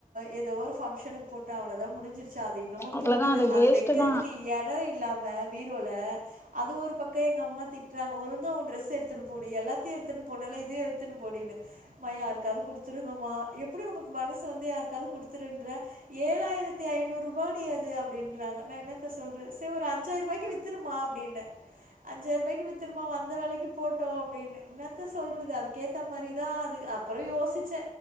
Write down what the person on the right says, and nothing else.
எதோ ஒரு ஃபங்க்ஷனுக்கு போட்டே அவ்ளோதா முடுஞ்சுரு ச்சு அது இன்னுமு
தூங்குது அது
வெக்கறதுக்கு
எடொ இல்லாம பீரோல அது ஒரு பக்க எங்க அம்மா திட்றாங்க ஒழுங்கா ஊ ட்ரெஸ் எடுத்துனு போடி எல்லாத்தியு எடுத்துனு போனல்ல இது எடுத்துன்னு போடின்னு மா யாருக்காவ்து குடுத்துருங்கமா எப்புடி ஒனக்கு மனசு வந்து யாருக்காது குடுத்துருன்ற ஏழாயிரத்தி ஐநூருபாடி அது அப்டின்றாங்க நா என்னத்த சொல்றது செர் ஒரு அஞ் சாய்ருபாய்க்கு வித்துருமா அப்டின்ன அஞ்சாய்ர்பாய்க்கு வித்துருமா வந்த வெலைக்கு போட்டூ அப்டின்னு என்னத்த சொல்றது அதுக்கேத்த மாரிதா அது அப் பறோ யோசிச்சே